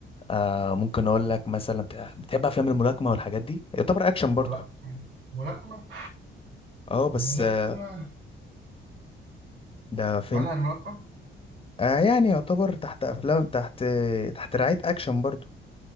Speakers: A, on the left; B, on the right.
A: آه ممكن اقول لك مثلا بتح- بتحب افلام الملاكمة والحاجات دي يعتبر اكشن برضه
B: ملا... ملاكمة
A: اه بس
B: ملاكمة
A: آه، ده فيلم
B: مالها الملاكمة؟
A: آه يعني يعتبر تحت افلام تحت تحت رعاية اكشن برضه